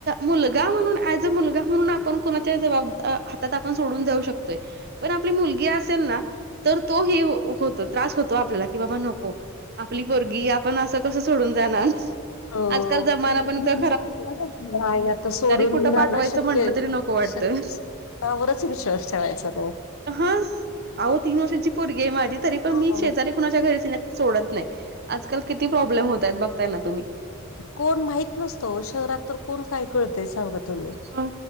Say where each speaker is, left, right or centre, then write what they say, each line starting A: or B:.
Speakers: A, on the right; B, on the left.
A: मुलगा म्हणून एज अ मुलगा म्हणून आपण कोणाच्या जबाब हातात आपण सोडून जाऊ शकतोय पण आपली मुलगी असेल ना तर तो ह होतो त्रास होतो आपल्याला की बाबा नको आपली पोरगी आपण असं कसं सोडून जाणार
B: हो
A: आजकाल जमाना पण क
B: नाही आता सोडून
A: कुठं
B: जाणं
A: पाठवायचं
B: शक्य
A: म्हटलं तरी नको वाटतं
B: शक्यचं नाह कोणावरच विश्वास ठेवायचा नाही.
A: हां अहो तीन वर्षाची पोरगी आहे माझी तरी पण
B: हो.
A: मी शेजारी कुणाच्या घरी तिला सोडत नाही आजकाल किती प्रॉब्लेम होत आहेत बघताय ना तुम्ही
B: कोण माहित नसतं वो शहरात तर कोण काय कळतय सांगा तूम्ही.
A: हा